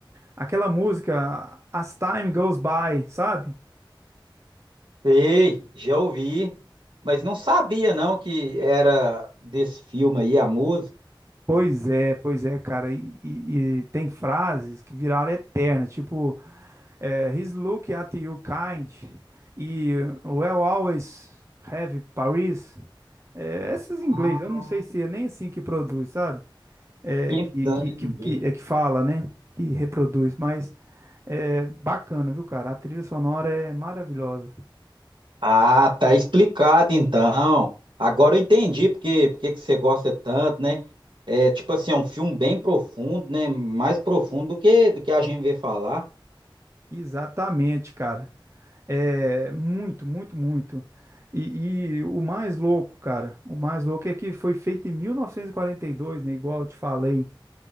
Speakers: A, on the right (about 35°); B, on the right (about 65°).
A: Aquela música As Time Goes By, sabe?
B: Sei, já ouvi, mas não sabia, não, que era desse filme aí a música.
A: Pois é, pois é, cara. E, e- e tem frases que viraram eternas, tipo, é, He's looking at you kind e We'll always have Paris. É, essas
B: Ah,
A: em inglês, eu não sei se é nem assim que produz, sabe? É,
B: entendi.
A: que, que, que, que- é que fala, né? Que reproduz, mas é bacana, viu, cara? A trilha sonora é maravilhosa.
B: Ah, tá explicado, então. Agora eu entendi porque, porque que você gosta tanto, né? É, tipo assim, é um filme bem profundo, né? Mais profundo do que, do que a gente vê falar.
A: Exatamente, cara. É, muito, muito, muito. E, e o mais louco, cara, o mais louco é que foi feito em 1942, né? Igual eu te falei.